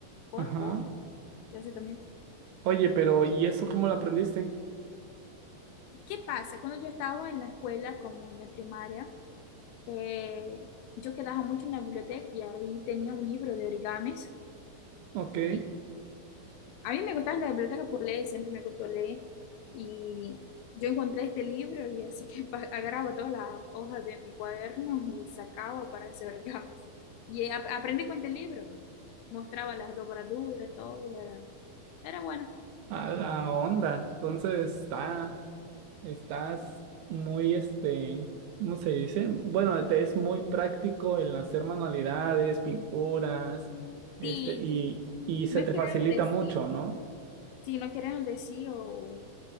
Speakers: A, on the left (about 85°); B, on the right (about 80°).
A: polvo,
B: Ajá.
A: yo sé también.
B: Oye, pero ¿y eso cómo lo aprendiste?
A: ¿Qué pasa? Cuando yo estaba en la escuela, como en la primaria, eh, yo quedaba mucho en la biblioteca y ahí tenía un libro de origamis.
B: Ok.
A: Y a mí me gustaba la biblioteca por leer, siempre me gustó leer. Y yo encontré este libro y así que pa- agarraba todas las hojas de mi cuaderno y sacaba para hacer origamis. Y ap- aprendí con este libro. Mostraba las dobraduras, todo, era, era bueno.
B: A la onda. Entonces está, estás muy este, ¿cómo se dice? Bueno, te es muy práctico el hacer manualidades, pinturas, este,
A: Sí,
B: y, y se
A: No
B: te
A: queremos
B: facilita
A: decir,
B: mucho, ¿no?
A: sí, no queremos decir o